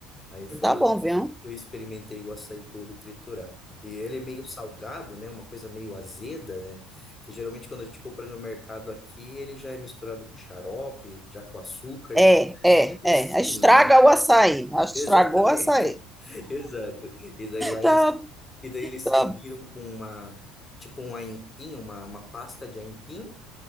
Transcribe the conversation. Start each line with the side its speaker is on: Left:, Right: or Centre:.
Left: Aí foi
Centre: Tá
Left: lá
Centre: bom,
Left: que
Centre: viu?
Left: eu, que eu experimentei o açaí puro triturado. E ele é meio salgado, né? Uma coisa meio azeda, né? Que geralmente quando a gente compra no mercado aqui, ele já é misturado com xarope, já com açúcar,
Centre: É,
Left: então ele
Centre: é,
Left: já é docinho,
Centre: é. Estraga
Left: né?
Centre: o açaí. Estragou
Left: Exatamente.
Centre: o açaí. <laughs>
Left: <laughs> <laughs> Exato. E daí lá
Centre: Tá,
Left: eles, e daí eles
Centre: tá.
Left: serviram com uma, tipo um aipim, uma, uma pasta de aipim,